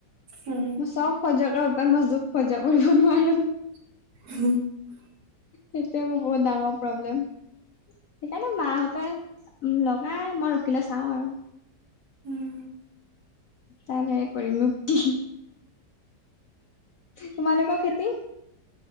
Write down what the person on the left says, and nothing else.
মই চ'ব সয্য কৰিব পাৰো, মই জোক সয্য কৰিব নোৱাৰো।
সেইটোৱে মোৰ বহুত ডাঙৰ প্ৰব্লেম। সেইকাৰণে মা হতে লগাই, মই ৰখিলে চাওঁ আৰু।
তাৰ বাহিৰে কৰিমনো কি। তোমালোকৰ খেতি?